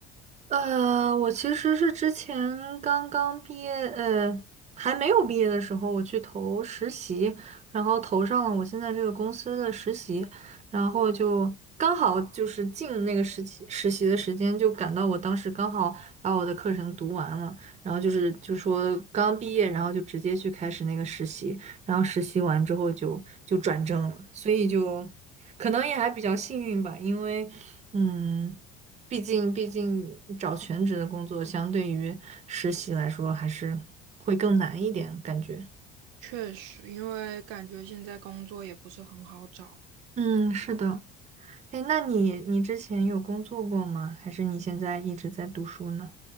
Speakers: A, on the right (about 35°); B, on the right (about 80°).
A: 呃，我其实是之前刚刚毕业，呃，还没有毕业的时候，我去投实习，然后投上了我现在这个公司的实习，然后就刚好就是进那个实习实习的时间，就赶到我当时刚好把我的课程读完了，然后就是就说刚毕业，然后就直接去开始那个实习，然后实习完之后就就转正了，所以就可能也还比较幸运吧，因为嗯。毕竟毕竟找全职的工作，相对于实习来说，还是会更难一点，感觉。
B: 确实，因为感觉现在工作也不是很好找。
A: 嗯，是的。哎，那你你之前有工作过吗？还是你现在一直在读书呢？